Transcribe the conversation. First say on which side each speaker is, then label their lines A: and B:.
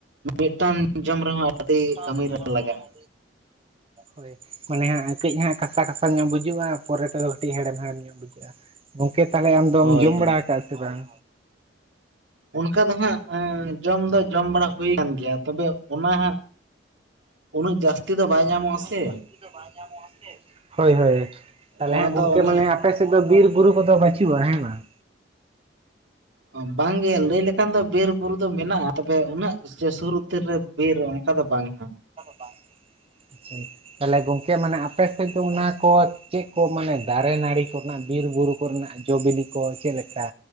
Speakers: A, on the right; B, on the right.
A: ᱢᱤᱫᱴᱟᱝ ᱡᱚᱢ ᱨᱮᱦᱚᱸ ᱟᱹᱰᱤ
B: ᱢᱤᱜᱴᱟᱝ
A: ᱠᱟᱹᱢᱤᱨᱮ
B: ᱡᱚᱢ ᱨᱮᱦᱚ
A: <inaudible>
B: ᱦᱳᱭ ᱢᱟᱱᱮ ᱦᱟᱸᱜ ᱠᱟᱹᱡ ᱦᱟᱸᱜ ᱠᱟᱥᱟ ᱠᱟᱥᱟ ᱧᱚᱜ ᱵᱩᱡᱩᱜᱼᱟ᱾ ᱯᱚᱨᱮ ᱛᱮᱫᱚ ᱠᱟᱹᱴᱤᱡ ᱦᱮᱲᱮᱢ ᱦᱮᱲᱮᱢ ᱧᱚᱜ ᱵᱩᱡᱷᱟᱹᱜᱼᱟ᱾ ᱜᱚᱝᱠᱮ ᱛᱟᱦᱞᱮ ᱟᱢ ᱫᱚᱢ
A: ᱦᱳᱭ
B: ᱡᱚᱢ ᱵᱟᱲᱟ ᱟᱠᱟᱜᱼᱟ ᱥᱮ ᱵᱟᱝ?
A: ᱚᱱᱠᱟ ᱫᱚ ᱦᱟᱸᱜ ᱡᱚᱢ ᱫᱚ ᱡᱚᱢ ᱵᱟᱲᱟ ᱦᱩᱭ ᱠᱟᱱ ᱜᱮᱭᱟ ᱛᱚᱵᱮ ᱚᱱᱟ ᱦᱟᱸᱜ ᱩᱱᱟᱹᱜ ᱡᱟᱹᱥᱛᱤ ᱫᱚ ᱵᱟᱭ ᱧᱟᱢᱚᱜᱼᱟ
B: ᱩᱱᱟᱜ ᱩᱱᱟᱜ
A: ᱥᱮ
B: ᱡᱟᱥᱛᱤ ᱫᱚ ᱵᱟᱭ ᱧᱟᱢᱚᱜᱼᱟ ᱥᱮ ᱦᱳᱭ ᱦᱳᱭ ᱛᱟᱦᱞᱮ
A: ᱚᱱᱟ
B: ᱦᱮᱞᱟᱸᱜ ᱜᱚᱝᱠᱮ
A: ᱫᱚ ᱚᱱᱮ
B: ᱢᱟᱱᱮ ᱟᱯᱮ ᱥᱮᱫ ᱫᱚ ᱵᱤᱨ ᱵᱩᱨᱩ ᱠᱚᱫᱚ ᱵᱟᱪᱩᱜᱼᱟ ᱦᱮᱸ ᱵᱟᱝ᱾
A: ᱚ ᱵᱟᱝ ᱜᱮ ᱞᱟᱹᱭ ᱞᱮ ᱠᱷᱟᱱ ᱫᱚ ᱵᱤᱨ ᱵᱩᱨᱩ ᱫᱚ ᱢᱮᱱᱟᱜᱼᱟ ᱛᱚᱵᱮ ᱩᱱᱟᱹᱜ ᱥᱩᱨ ᱩᱛᱟᱹᱨ ᱨᱮ ᱵᱤᱨ ᱚᱱᱠᱟ ᱫᱚ ᱵᱟᱝ ᱦᱟᱸᱜ
B: ᱟᱪᱪᱷᱟ ᱛᱟᱦᱞᱮ ᱜᱚᱝᱠᱮ ᱢᱟᱱᱮ ᱟᱯᱮ ᱥᱮᱫ ᱫᱚ ᱚᱱᱟ ᱠᱚ ᱪᱮᱫ ᱠᱚ ᱢᱟᱱᱮ ᱫᱟᱨᱮ ᱱᱟᱹᱲᱤ ᱠᱚᱨᱮᱱᱟᱜ ᱵᱤᱨ ᱵᱩᱨᱩ ᱠᱚᱨᱮᱱᱟᱜ ᱡᱚ ᱵᱤᱞᱤ ᱠᱚ ᱪᱮᱫ ᱞᱮᱠᱟ᱾